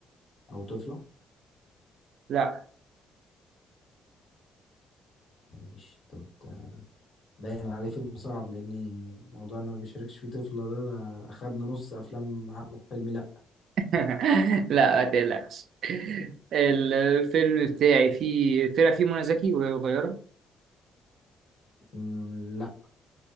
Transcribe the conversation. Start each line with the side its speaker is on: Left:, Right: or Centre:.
Left: أو طفلة
Right: لا
Left: ماشي طب ده باين عليه فيلم صعب لأن موضوع إنه ما بيشاركش فيه طفلة ده, ده أخدنا نص أفلام أحمد حلمي لأ
Right: <laughs> لا ما تقلقش الفيلم بتاعي فيه طلع فيه منى زكي وهي صغيرة
Left: مم، لأ